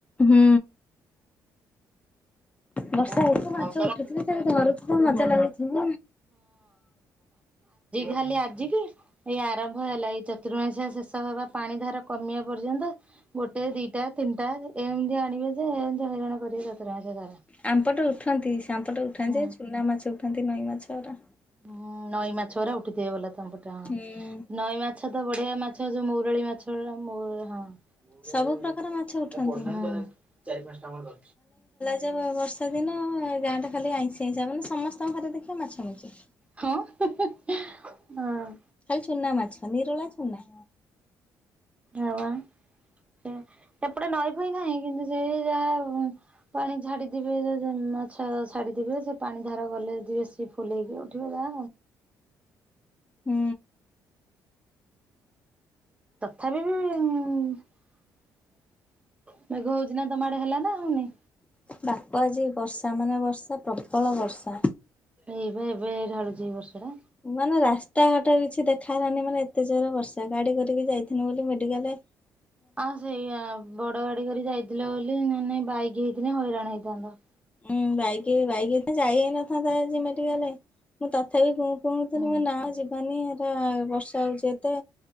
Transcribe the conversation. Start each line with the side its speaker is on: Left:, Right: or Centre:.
Left: ହୁଁ। ବର୍ଷା
Right: ହଁ।
Left: ହେଇଛି ମାଛ
Right: ଆଜି
Left: ଉଠୁଥିଲେ ତାକୁ ଧରୁଥିଲୁ ମଜା ଲାଗୁଥିବ।
Right: ଖାଲି ଆଜିି କି? ହେଇ ଆରମ୍ଭ ହେଲା ଏଇ ଚତୁର୍ମାସିିଆ ଶେଷ ହେବା ପାଣି ଧାର କମିବା ପର୍ଯ୍ୟନ୍ତ। ଗୋଟେ ଦିଟା ତିନିଟା ଏମିତି ଆଣିବେ ଯେ ଏମିତି ହଇରାଣ କରିବେ ଚତୁର୍ମାସିଆ ସାରା।
Left: ଆମ୍ ପଟେ ଉଠନ୍ତି ଆମ ପଟେ ଉଠନ୍ତି
Right: ହୁଁ।
Left: ଯେ ଚୁନା ମାଛ ଉଠନ୍ତି ନଈ ମାଛ ଗୁରା।
Right: ହୁଁ ନଈ ମାଛ ଗୁରା ଉଠୁଥିବେ ଭଲ ତମ ପଟେ ହଁ
Left: ହୁଁ
Right: ନଈ ମା ମାଛ ତ ବଢିଆ ମାଛ ଯଉ ମହୁରାଳି ମାଛ ମହୁରାଳି
Left: ସବୁ ପ୍ରକାର ମାଛ ଉଠନ୍ତି
Right: ହଁ। ହୁଁ ହୁଁ
Left: ଯୋବା ବର୍ଷା ଦିନ ଗାଁ ଟା ଖାଲି ଆଇଁଷିଆ ଆଇଁଷିଆ ମାନେ ସମସ୍ତଙ୍କ ଘରେ ଦେଖିବ ମାଛମଛି।
Right: ହଁ -ହିଁ- ହିଁ -ହଁ।
Left: ଖାଲି ଚୁନା ମାଛ ନିରୁଳା ଚୁନା।
Right: ଆଉ ସେ ସେପଟେ ନଈଫଇ ନାହିଁ କିନ୍ତୁ ସେ ଯାହା ପାଣି ଛାଡିଦିବେ ସେ ଯୋ ମାଛ ଛାଡିଥିବେ ସେ ପାଣି ଧାର ଗଲେ ଯିବେ ସିଏ ଫୁଲେଇକି ଉଠିବ ଯା
Left: ହୁଁ।
Right: ତଥାପି ବି ମେଘ ହଉଚି ନା ତମ ଆଡେ ହେଲା ନା ହଉନି?
Left: ବାପ ଆଜି ବର୍ଷା ମାନେ ବର୍ଷା ପ୍ରବଳ ବର୍ଷା
Right: ଏଇବା ଏବେ ଢାଳୁଛି ଏଇ ବର୍ଷା ଟା।
Left: ମାନେ ରାସ୍ତାଘାଟ କିଛି ଦେଖାଗଲାନି ମାନେ ଏତେ ଜୋରେ ବର୍ଷା ଗାଡି କରିକି ଯାଇଥିଲୁ ବୋଲି ମେଡିକାଲରେ
Right: ଆଉ ସେଇଆ ବଡ ଗାଡି କରି ଯାଇଥିଲ ବୋଲି ନହେଲେ ନାହିଁ ବାଇକି ହେଇଥିଲେ ହଇରାଣ ହେଇଥାନ୍ତ।
Left: ଉୁଁ ବାଇକରେ -ବାଇକରେ ଯାଇ ହେଇନଥାନ୍ତା ଆଜି ମେଡିକାଲେ। ମୁଁ ତଥାପି ଗୁଁ ପୁଁ ହଉ ଥିଲି
Right: ହୁଁ
Left: ମୁଁ ନାଁ ଯିବାନି ଏରା ବର୍ଷା ହଉଚି ଏତେ